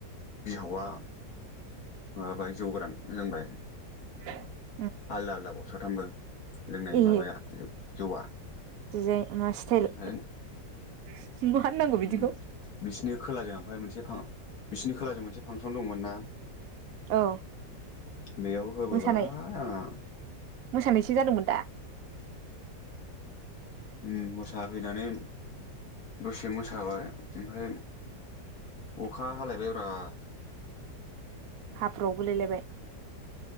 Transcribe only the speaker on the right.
<inaudible>
ए
डिजाइन मा स्टाइल
<inaudible> मा खामनांगौ बिदिखौ
औ
मोसानाय
मोसानायसो जादोंमोन दा
हाफ्राव गुलायलायबाय